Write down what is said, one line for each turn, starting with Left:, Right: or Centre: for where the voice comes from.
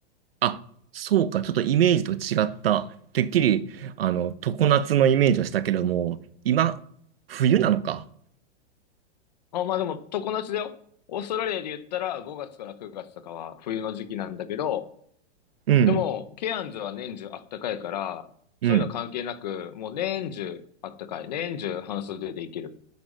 Right: あ、そうか。ちょっとイメージと違った。てっきり、あの、常夏のイメージをしたけども、今、冬なのか。
Left: あ、まあでも常夏だよ。オーストラリアで言ったら5月から9月とかは冬の時期なんだけど、
Right: うん。
Left: でも、ケアンズは年中あったかいから、そういうの関係なく、
Right: うん。
Left: もう年中あったかい。年中半袖でいける。